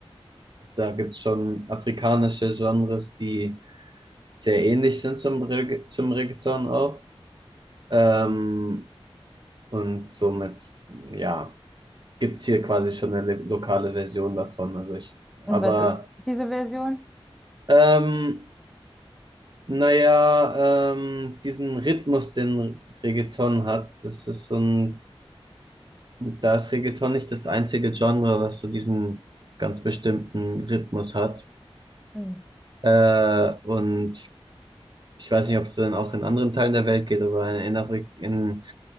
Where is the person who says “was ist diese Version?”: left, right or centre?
Centre